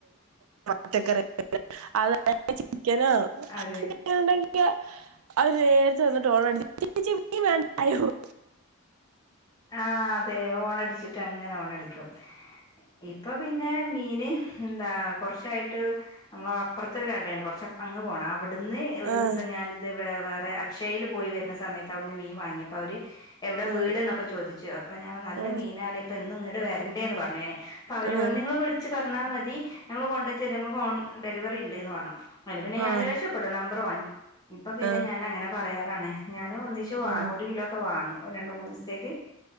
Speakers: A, on the right; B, on the left.
A: <unintelligible> ചിരിക്കാനാ
B: അതേ
A: ണ്ടെങ്കിൽ അത് നേരത്തെ വന്നിട്ട് പോണം വേണ്ടായോ <unintelligible>
B: ആഹ് അതെ ഓണടിച്ചിട്ട് അങ്ങനെ ഓണടിക്കും ഇപ്പൊ പിന്നെ മീന് എന്താ കുറച്ചായിട്ട് നമ്മള അപ്പറതൊരു കടയുണ്ട് കുറച്ച് അങ് പോകണം അവിടെ അവിടുന്ന് ഒരു
A: ആഹ്
B: ദിവസം ഞാനിത് വ വേറെ അക്ഷയയില് പോയി വരുന്ന സമയത്ത് അവിടുന്ന് മീൻ വാങ്ങിയപ്പോ അവര് എവിടെ
A: ഉം
B: വീട്ന്നൊക്കെ ചോദിച്ചു അപ്പ ഞാൻ നല്ല
A: ആഹ്
B: മീനാലെ ഇപ്പൊ എന്നും ഇങ്ങോട്ട് വരണ്ടേ എന്ന് പറഞ്ഞേനെ അപ്പൊ അവര്
A: ആഹ്
B: പറഞ് നിങ്ങൾ വിളിച്ച് പറഞ്ഞാൽ മതി ഞങ്ങള് കൊണ്ട് തരാം നമുക്ക് ഹോം ഡെലിവറി ഉണ്ട് എന്ന് പറഞ്ഞു അ പിന്നെ
A: ആഹ്
B: ഞാൻ രക്ഷപ്പെട്ടു നമ്പർ വാങ്ങി ഇപ്പൊ പിന്നെ
A: ആഹ്
B: ഞാൻ അങ്ങനെ പറയറാണെ ഞാനൻ ഒന്ന ച്ച്
A: ആഹ്
B: ഒരു കിലോ ഒക്കെ വാങ്ങും ഒരു രണ്ട് മൂന്ന് ദിവസത്തേക്ക്